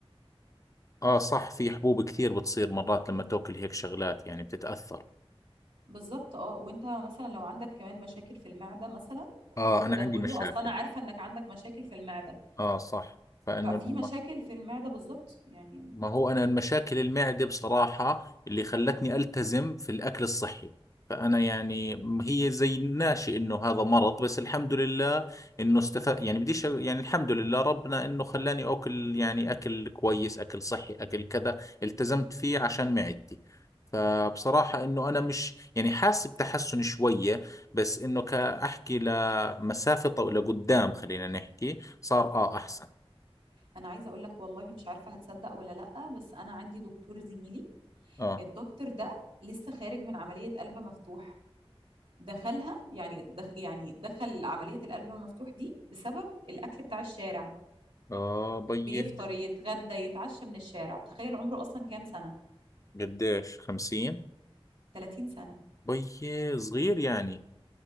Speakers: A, on the left (about 30°); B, on the right (about 70°).
A: اه صح في حبوب كثير بتصير مرات لما تاكل هيك شغلات يعني بتتأثر
B: بالظبط اه وانت مثلا لو عندك كمان مشاكل في المعده مثلا وفوق
A: اه انا
B: ده
A: عندي
B: كله
A: مشاكل
B: اصلا انا عارفه انك عندك مشاكل في المعده
A: اه صح فانه
B: ففي
A: لما
B: مشاكل في المعده بالظبط يعني
A: ما هو أنا المشاكل المعدة بصراحة اللي خلتني ألتزم في الأكل الصحي فأنا يعني م- هي زي ناشئ إنه هذا مرض بس الحمد لله إنه استفاد يعني بديش أ- يعني الحمد لله ربنا إنه خلاني أكل يعني أكل كويس أكل صحي أكل كذا التزمت فيه عشان معدتي فبصراحة إنه أنا مش يعني حاسس بتحسن شوية بس إنه كأحكي لمسافة طو- لقدام خلينا نحكي صار آه أحسن
B: انا عايزه اقول لك والله مش عارفه هتصدق ولا لا بس انا عندي دكتور زميلي
A: آه
B: الدكتور ده لسه خارج من عمليه قلب مفتوح دخلها يعني دخ يعني دخل عمليه القلب المفتوح دي بسبب الاكل بتاع الشارع
A: آه بيي
B: بيفطر يتغدى يتعشى من الشارع تخيل عمره اصلا كام سنه
A: قديش خمسين
B: 30 سنه
A: بي صغير يعني